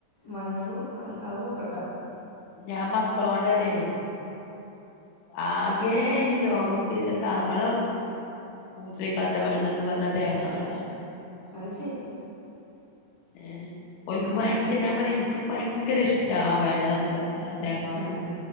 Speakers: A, on the left; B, on the left.
A: മഞ്ഞളും ആവൂ ഒക്കെ ഇണ്ടാക്കും
B: ഞാൻ മക്കളോണ്ടറിയേ ആകേ ഈ ലോകത്തില്ല തവള മൂത്രൊയ്ക്കാത്ത വെള്ളം ന്ന് പർഞ്ഞ തേങ്ങ വെള്ളാണ്
A: അത് ശെരി
B: ഏഹ് ഓൽക്ക്
A: ഉം
B: ഭയങ്ക ഞാൻ പറയും ഇൻക്ക് ഭയങ്കര ഇഷ്ട ആ വെള്ളം എന്ന് പറ നല്ല തേങ്ങ വെള്ളം
A: ആഹ്